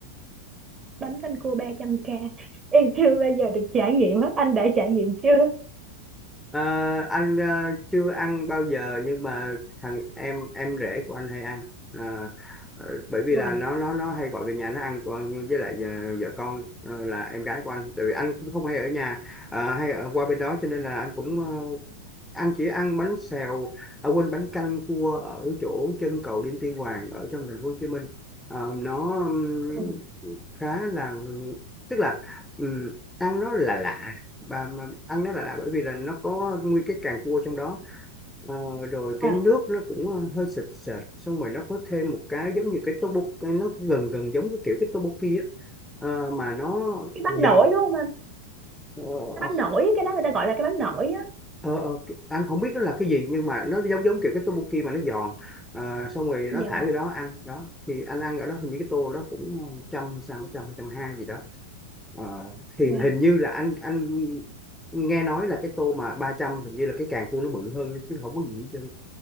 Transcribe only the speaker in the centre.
Ờ, anh ờ, chưa ăn bao giờ nhưng mà thằng em em rể của anh hay ăn Ờ, ờ, bởi vì
là nó nó nó hay gọi về nhà nó ăn còn với lại vợ, vợ con ờ, là em gái của anh Tại vì anh cũng không hay ở nhà ờ, hay ở qua bên đó cho nên là anh cũng ờ, anh chỉ ăn bánh xèo à quên bánh canh cua ở chỗ chân cầu Đinh Tiên Hoàng ở trong thành phố Hồ Chí Minh Ờ, nó ừm,
khá là tức là ừm, ăn nó là lạ bà mà ăn nó là lạ bởi vì là nó có nguyên cái càng cua trong đó Ờ, rồi cái
nước nó cũng ờ, hơi sệt sệt xong rồi nó có thêm một cái giống như cái tteokbokki cái nó gần gần giống cái kiểu cái tteokbokki á Ờ, mà nó
giòn
ờ,
ờ, ờ, cái- anh không biết nó là cái gì nhưng mà nó giống giống kiểu cái tteokbokki mà nó giòn Ờ, xong rồi
nó thả vô đó ăn đó thì anh ăn ở đó hình như cái tô đó cũng ờ, trăm sao trăm trăm hai gì đó Ờ, thì
hình như là anh anh nghe nói là cái tô mà 300 hình như là cái càng cua nó bự hơn thôi chứ không có gì hết trơn